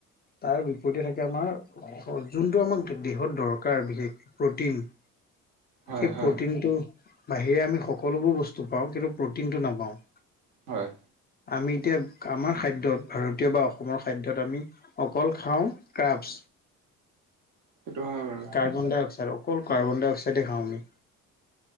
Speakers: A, on the left; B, on the right.
A: তাৰ বিপৰীতে থাকে আমাৰ। অ যোনটো আমাক দেহত দৰকাৰ বিশেষকে প্ৰটিন।
B: হয়
A: সেই
B: হয়
A: প্ৰটিনটো। বাহিৰে আমি সকলোবোৰ বস্তু পাওঁ কিন্তু প্ৰটিনটো নাপাওঁ।
B: হয়।
A: আমি এতিয়া আমাৰ খাদ্যত ভাৰতীয় বা অসমৰ খাদ্যত আমি। অকল খাওঁ ক্ৰাফছ।
B: সেইটো হয়
A: কাৰ্বন
B: বাৰু।
A: ডাই অক্সাইড অকল কাৰ্বন ডাই অক্সাইডে খাওঁ আমি।